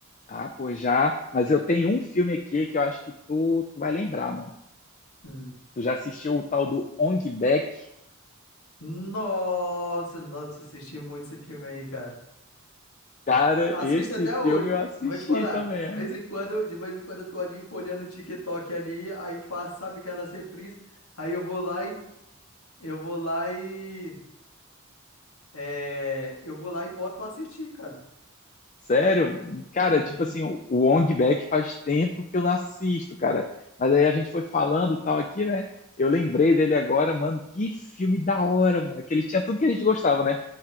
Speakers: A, on the left; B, on the left.
A: Ah, pô, já. Mas eu tenho um filme aqui que eu acho que tu, tu vai lembrar, mano.
B: Hum.
A: Tu já assistiu o tal do Ong Bak?
B: Nossa, nossa, assisti muito esse filme aí, cara.
A: Cara,
B: Assisto
A: esse
B: até hoje.
A: filme eu assisti
B: Eu Vou te falar.
A: também, ó.
B: De vez em quando, de vez em quando eu tô ali folheando o TikTok ali, aí passa, sabe aquelas reprises. Aí eu vou lá e Eu vou lá e. é, eu vou lá e boto pra assistir, cara.
A: Sério, mano? Cara,
B: Uhum.
A: tipo assim, o o Ong Bak faz tempo que eu não assisto, cara. Mas aí a gente foi falando tal aqui, né? Eu lembrei dele agora, mano. Que filme da hora, mano. Que ele tinha tudo que a gente gostava, né?